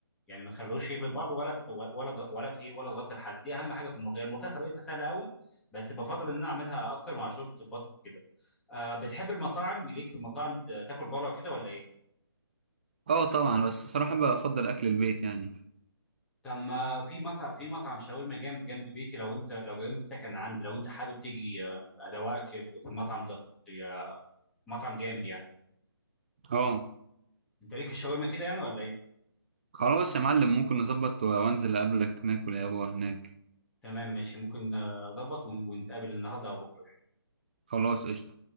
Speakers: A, in the centre; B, on the right (about 25°).
A: يعني ما تخلوش يغلب بعض ولا ت- ولا ت- ولا ت- ايه ولا تغطي الحله دي اهم حاجه في الملوخيه الملوخيه طريقتها سهله قوي بس بفضل ان انا اعملها اكتر مع شوربه البط كده آه بتحب المطاعم ليك في المطاعم ت- تاكل بره وكده ولا ايه
B: اه طبعا بس صراحة بفضل اكل البيت يعني
A: طب ما في مطعم في مطعم شاورما جامد جنب بيتي لو انت لو جنب السكن عندي لو انت حابب تيجي آه، ادوقك في المطعم ده يا- مطعم جامد يعني
B: اه
A: انت ليك في الشاورما كده يعني ولا ايه
B: خلاص يا معلم ممكن نظبط و- وانزل اقابلك ناكل يا ابو هناك
A: تمام ماشي ممكن آه، اظبط ون- ونتقابل النهارده او بكره
B: خلاص قشطة